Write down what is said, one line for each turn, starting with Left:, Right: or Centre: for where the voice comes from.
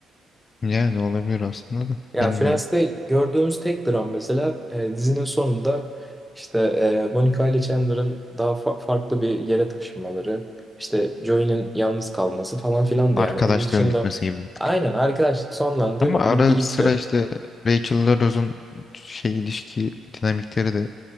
Left: Yani olabilir aslında da
Centre: Ya
Left: bilmiyorum.
Centre: Friends'te gördüğümüz tek dram mesela e, dizinin sonunda işte e, Monica ile Chandler'ın daha fa- farklı bir yere taşınmaları, işte Joey'nin yalnız kalması falan filan da
Left: Arkadaşlığın
Centre: yani. Onun dışında
Left: bitmesi gibi. bir tık.
Centre: aynen arkadaşlık sonlandı,
Left: Ama ara
Centre: bitti gitti.
Left: sıra işte Rachel'la Rose'un şey ilişki dinamikleri de